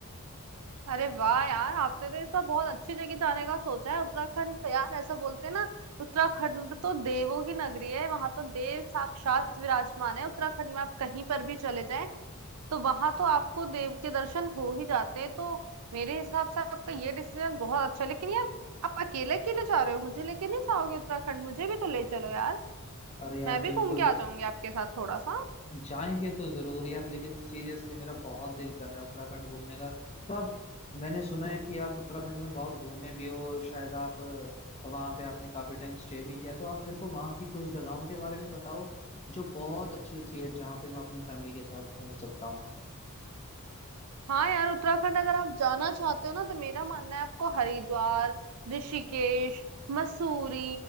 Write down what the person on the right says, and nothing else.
अरे वाह यार आपने तो इस बार बहुत अच्छी जगह जाने का सोचा है उत्तराखंड तो यार ऐसा बोलते हैं ना उत्तराखंड तो देवों की नगरी है वहां तो देव साक्षात विराजमान है उत्तराखंड में आप कहीं पर भी चले जाएं तो वहां तो आपको देव के दर्शन हो ही जाते हैं तो मेरे हिसाब से आपका ये डिसीजन बहुत अच्छा है लेकिन यार आप अकेले अकेले जा रहे हो मुझे लेके नहीं जाओगे उत्तराखंड मुझे भी तो ले चलो यार
मैं भी
घूम के आ जाऊंगी आपके साथ थोड़ा सा
हाँ यार उत्तराखंड अगर आप जाना चाहते हो ना तो मेरा मानना है आपको हरिद्वार ऋषिकेश मसूरी